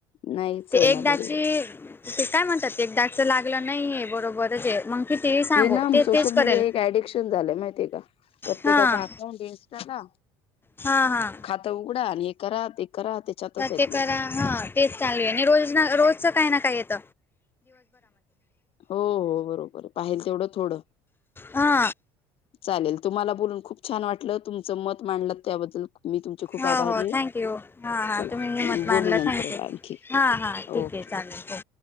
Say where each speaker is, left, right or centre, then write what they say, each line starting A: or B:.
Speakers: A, on the left; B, on the left.
A: नाहीच
B: ते
A: आहे ना
B: एकदाची
A: बरोबर
B: ते काय म्हणतात लागलं नाहीये बरोबरच आहे. मग कितीही सांगू
A: हे ना
B: ते
A: सोशल
B: तेच करेल
A: मीडिया एक ऍडिक्शन झालंय माहितीय का प्रत्येकाचा
B: हा
A: अकाउंट इंस्टाला
B: हा हा
A: खात उघडा आणि हे करा करा त्याच्यातच आहेत
B: ते
A: लोक
B: करा हा तेच चालू आहे आणि रोज रोजच काही ना काय येत
A: हो हो बरोबर, आहे पाहिल तेवढं थोडं
B: हा.
A: चालेल तुम्हाला बोलून खूप छान वाटलं तुम मत मांडलं त्याबद्दल मी तुमचे खूप
B: हो
A: आभारी
B: हो
A: आहे,
B: थँक्यू हां हां
A: चला
B: तुम्ही हिंमत मानलं
A: बोलू नंतर
B: थँक्यू
A: आणखी
B: हां हां ठीक
A: ओके.
B: आहे चालेल हो